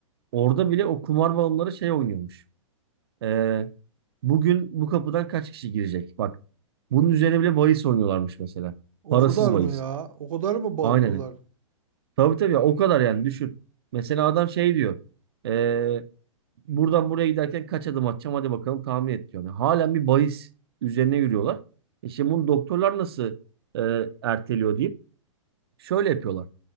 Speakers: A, on the right; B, on the right.
A: Orada bile o kumar bağımlıları şey oynuyormuş. Ee, bugün bu kapıdan kaç kişi girecek? Bak bunun üzerine bile bahis oynuyorlarmış mesela.
B: O
A: Parasız
B: kadar mı
A: bahis.
B: ya? O kadar mı bağımlılar?
A: Aynen. Tabii tabii ya, o kadar yani düşün. Mesela adam şey diyor. ee, buradan buraya giderken kaç adım atacağım hadi bakalım tahmin et diyor. Yani halen bir bahis üzerine yürüyorlar. İşte bunu doktorlar nasıl e, erteliyor deyip şöyle yapıyorlar.